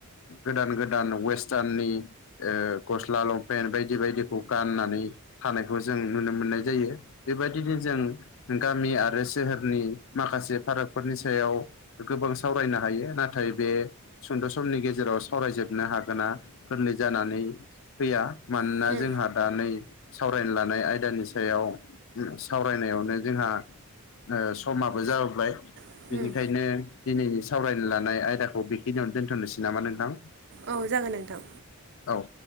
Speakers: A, on the left; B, on the right.
A: गोदान गोदान वेस्टार्ननि ओ गस्ला लंपेन्ट बायदि बायदिखौ गाननानै थानायखौ जों नुनो मोननाय जायो बेबायदिनो जों गामि आरो सोहोरनि माखासे फारागफोरनि सायाव गोबां सावरायनो हायो नाथाय बे सुंद' समनि गेजेराव सावरायजोबनो हागोना गोरलै जानानै फैया मानोना
B: उम
A: जोंहा दा नै सावरायनो लानाय आयदानि सायाव सावरायनायावनो जोंहा ओ समाबो जाबोबाय
B: उम
A: बेनिखायनो
B: उम
A: दिनै सावरायनो लानाय आयदाखौ बेखिनियावनो दोनथ'नोसै नामा नोंथां?
B: औ जागोन नोंथां
A: औ